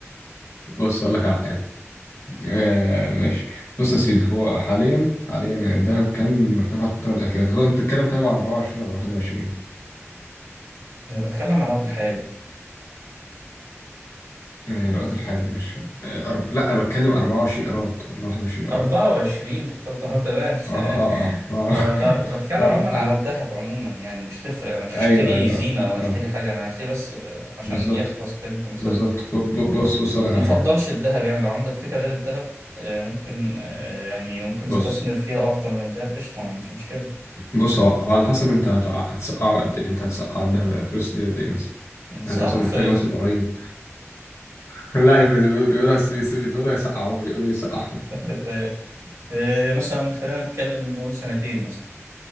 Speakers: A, on the left; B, on the right.
A: بص أقول لك على حاجة آه ماشي بص يا سيدي هو حاليا حاليا الذهب كان مرتفع الفترة الأخيرة طب أنت بتتكلم طيب عن 24 ولا 21
B: آه، بتكلم على الوقت الحالي
A: آه الوقت الحالي ماشي آه أرب... لا أنا بتكلم 24 إيراد ولا 21 إيراد
B: 24 تفضل اه تمام
A: آه
B: تمام
A: آه آه
B: آه
A: آه
B: لا بتكلم
A: <laughs> آه
B: عموما
A: تمام
B: على الذهب عموما يعني مش هتفرق انا مش
A: أيوه
B: هشتري
A: أيوه
B: زينة
A: آه
B: او هشتري
A: آه،
B: حاجة انا هشتري بس آه، عشان
A: بالظبط
B: يحفظ قيمته مثلا
A: بالظبط ب- ب- بص بص أقول لك
B: مفضلش
A: على حاجة
B: الذهب يعني لو عندك فكرة غير الذهب آه ممكن آه يعني ممكن استثمر
A: بص
B: فيها افضل من الذهب قشطة ما عنديش مشكلة
A: بص هو هو على حسب أنت هتع- هتسقع قد إيه أنت هتسقع الذهب الفلوس دي قد إيه مثلا
B: بس
A: يعني انت
B: اه
A: مثلا
B: في الفريزر
A: محتاج مثلا قريب <laughs> لا هي بت- بيقولها بيس- بتقولها يسقعوه بيقولوا يسقعها
B: <laughs> آه، مثلا خلينا نتكلم نقول سنتين مثلا